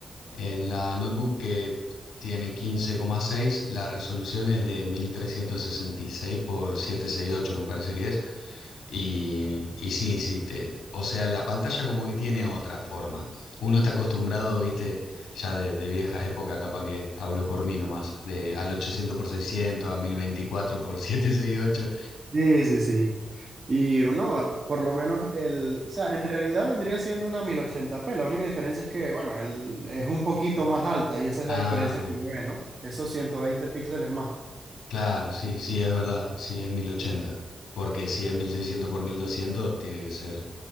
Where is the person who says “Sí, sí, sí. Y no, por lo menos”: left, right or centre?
Right